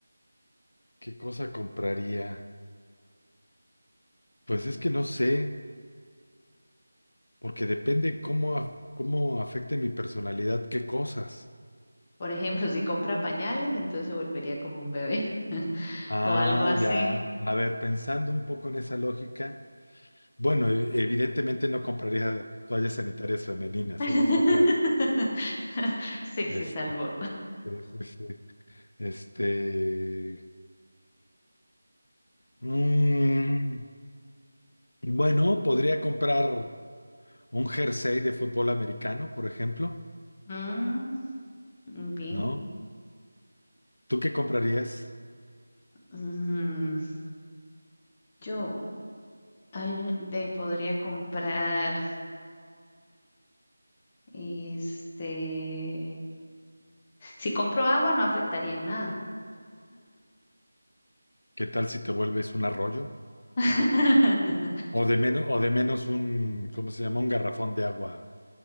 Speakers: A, on the left (about 65°); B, on the left (about 15°).
A: ¿qué cosa compraría? Pues es que no sé. Porque depende cómo, af- cómo afecte mi personalidad, qué cosas.
B: Por ejemplo, si compra pañales, entonces se volvería como un bebé <laughs>
A: Ah,
B: o algo así.
A: ya. A ver, pensando un poco en esa lógica, bueno, e- evidentemente no compraría toallas sanitarias femeninas,
B: <laughs>
A: eso está claro.
B: Sí,
A: Este,
B: se salvó.
A: sí, sí, sí. Este, mm, bueno, podría comprar un jersey de fútbol americano, por ejemplo,
B: Mm, Bien.
A: ¿no? ¿Tú qué comprarías?
B: Mm, Yo al, de ahí podría comprar, este, si compro agua no afectaría en nada.
A: ¿Qué tal si te vuelves un arroyo?
B: <laughs>
A: O de menos, o de menos un, ¿cómo se llama? Un garrafón de agua,